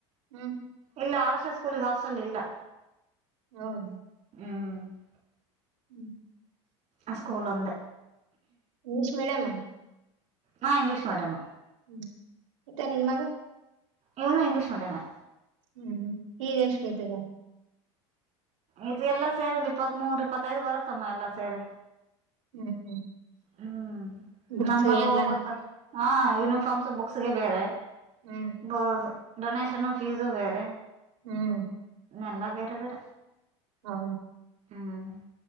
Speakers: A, on the right; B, on the right.
A: ಹ್ಮ್-
B: ಇಲ್ಲ ಆದರ್ಶ ಸ್ಕೂಲ್ ಗ ಹಾಸ್ಟೆಲ್ ಇಲ್ಲ-
A: ಹೌದು.
B: ಹ್ಮ್ -
A: ಹ್ಮ್-
B: ಆ ಸ್ಕೂಲ್ ಒಂದೆ.
A: ಇಂಗ್ಲಿಷ್ ಮೀಡಿಯಂಮ.
B: ಹಾ ಇಂಗ್ಲೀಷ್ ಮೀಡಿಯಮ್.
A: ಹ್ಮ್ ಇತಾ ನಿನ್ ಮಗ.
B: ಇವ್ನು ಇಂಗ್ಲಿಷ್ ಮೀಡಿಯಂಮೆ.
A: ಹ್ಮ್ ಹೀಗ್ ಎಷ್ಟತಿಗ.
B: ಇದು ಎಲ್ಲಾ ಸೇರಿ ಒಂದ್ ಇಪ್ಪತ್ ಮೂರ್ ಇಪ್ಪತ್ತೈದು ಬರತ್ತಮ್ಮ ಎಲ್ಲಾ ಸೇರಿ.
A: ಹ್ಮ್ ಹ್ಮ
B: ಹ್ಮ್
A: ಬುಕ್ಸ್
B: ನನ್ ಮಗಳು
A: ಎಲ್ಲ.
B: ಹೋಗ್ಬೇಕ ಹಾ ಯೂನಿಫಾರ್ಮ್ಸ್ ಬುಕ್ಸ್ಗೆ ಬೇರೆ.
A: ಹ್ಮ್
B: ಹೌದು ಡೊನೇಷನ್ ಫೀಸು ಬೇರೆ.
A: ಹ್ಮ್
B: ಎಲ್ಲಾ ಬೇರೆ ಬೇರೆ.
A: ಹೌ
B: ಹ್ಮ್